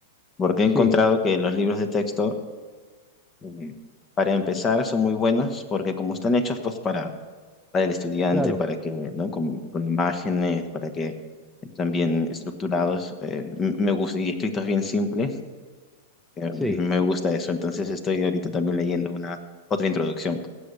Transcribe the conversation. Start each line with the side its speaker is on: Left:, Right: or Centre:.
Left: porque he
Centre: Sí,
Left: encontrado que los libros de texto, eh, para empezar, son muy buenos, porque como están hechos pues para, para el estudiante,
Centre: claro,
Left: para que, ¿no? Con, con imágenes, para que están bien estructurados, eh, m- me gusta, y escritos bien simples, eh,
Centre: sí.
Left: me gusta eso. Entonces estoy ahorita también leyendo una otra introducción.